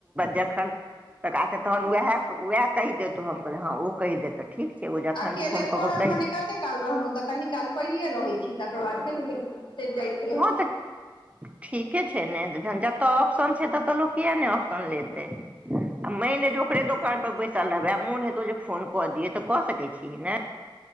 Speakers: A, on the right (about 15°); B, on the left (about 65°).
A: जखन तऽ तहन ओएह वएह कहि देतऽ हम कहलियै हँ ओ कहि देत तऽ ठीक छै ओ जखन
B: अकेले
A: फोन कऽ
B: पड़ल
A: कऽ कहि
B: मने
A: देत
B: कते काल रहलहुँ तऽ कनी काल परीये रहैत छी तकर बाद छै ने गेलहुँ चलि जाइ छी
A: हो तऽ ठीके छै ने तऽ जन जतय ऑप्शन छै ततय लोक किए नहि ऑप्शन लेतै आ मानि ले जे ओकरे दोकान पर बैसल रहबै आ मोन हेतौ जे फोन कऽ दिय तऽ कऽ सकैत छी ने